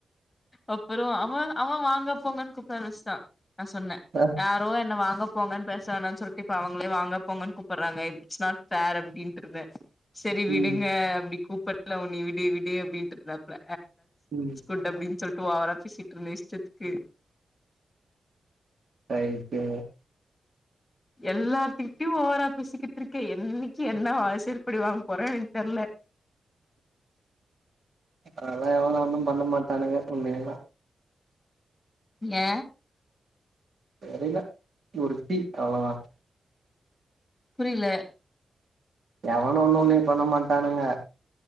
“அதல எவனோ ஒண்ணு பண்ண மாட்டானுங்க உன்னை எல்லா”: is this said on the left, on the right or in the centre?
Right